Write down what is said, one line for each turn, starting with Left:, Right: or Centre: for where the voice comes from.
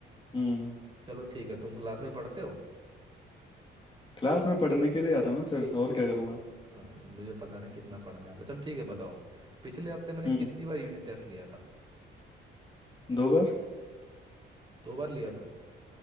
Left: हम्म
Right: चलो ठीक है तुम क्लास में पढ़ते हो
Left: क्लास में पढ़ने के लिए आता हूँ ना सर और क्या करूँगा
Right: हाँ, मुझे पता नहीं कितना पढ़ने आता चलो ठीक है बताओ पिछले हफ्ते मैंने
Left: हम्म
Right: कितनी बार यूनिट टेस्ट लिया था
Left: दो बार
Right: दो बार लिया था